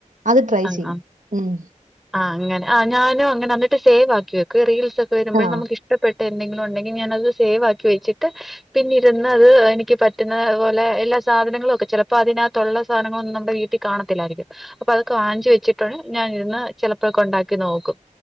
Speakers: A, on the right; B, in the centre.
A: അത് ട്രൈ
B: ആഹ്
A: ചെയ്യും
B: ആഹ്
A: ഉം
B: ആ അങ്ങനെ ആ ഞാനും അങ്ങനാ ന്നിട്ട് സേവ് ആക്കി വെക്കുവെ റീൽസ് സൊക്കെ വരുമ്പോ
A: ആഹ്
B: നമുക്ക് ഇഷ്ടപ്പെ ട്ട എന്തെങ്കിലും ഉണ്ടെങ്കി ഞാനത് സേവ് ആക്കി വെച്ചിട്ട് പിന്നീടിരുന്ന് അത് എനിക്ക് പറ്റുന്നപോലെ എല്ലാം സാധനങ്ങളൊക്കെ ചെലപ്പോ അതിനകത്തുള്ള സാധനങ്ങളൊന്നും നമ്മുടെ വീട്ടിൽ കാണത്തില്ലായിരിക്കും അപ്പൊ വാഞ്ചി വെച്ചിട്ട ഞാൻ ഇരുന്ന് ചെലപ്പോഴൊക്കെ ഉണ്ടാക്കി നോക്കും